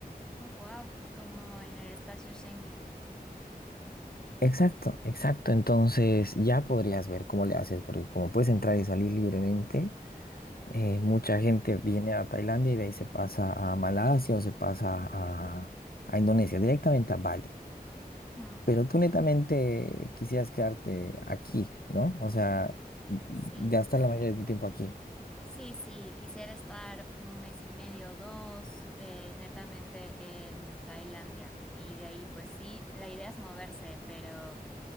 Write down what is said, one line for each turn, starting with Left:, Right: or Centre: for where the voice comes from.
Centre: Oh, wow. Como en el espacio Schengen.
Left: Exacto, exacto. Entonces, ya podrías ver cómo le haces, porque como puedes entrar y salir libremente, eh, mucha gente viene a Tailandia y de ahí se pasa a Malasia o se pasa a, a Indonesia, directamente a Bali.
Centre: Mm,
Left: Pero tú netamente quisieras quedarte aquí, ¿no? O sea, gastar
Centre: Sí,
Left: la mayoría de tu tiempo aquí.
Centre: sí, sí. Quisiera estar un mes y medio, dos, eh, netamente en Tailandia. Y de ahí, pues sí, la idea es moverse, pero,